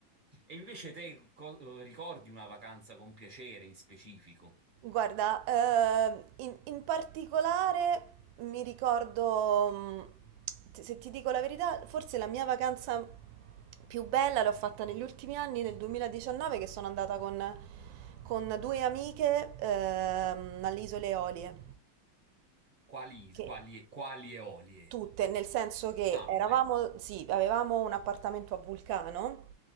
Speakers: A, on the right (about 35°); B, on the right (about 75°).
A: E invece te co- eh, ricordi una vacanza con piacere in specifico?
B: Guarda, ehm, in, in particolare mi ricordo, mh, ti- se ti dico la verità, forse la mia vacanza più bella l'ho fatta negli ultimi anni, nel 2019, che sono andata con, con due amiche ehm, alle Isole Eolie,
A: Quali,
B: che
A: quali, quali eolie?
B: tutte, nel senso che
A: Ah,
B: eravamo,
A: bello.
B: sì, avevamo un appartamento a Vulcano,